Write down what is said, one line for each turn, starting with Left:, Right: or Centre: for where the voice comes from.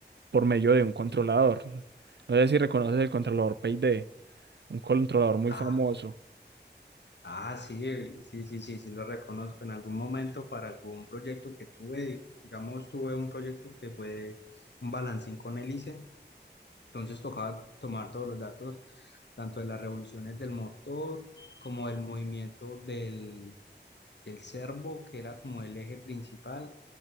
Right: por medio de un controlador. No sé si reconoces el controlador PyD, un controlador muy
Left: Ah,
Right: famoso.
Left: ah, sí, sí, sí, sí, sí, lo reconozco. En algún momento para algún proyecto que tuve, digamos, tuve un proyecto que fue un balancín con hélice, entonces tocaba tomar todos los datos, tanto de las revoluciones del motor como del movimiento del, del servo, que era como el eje principal,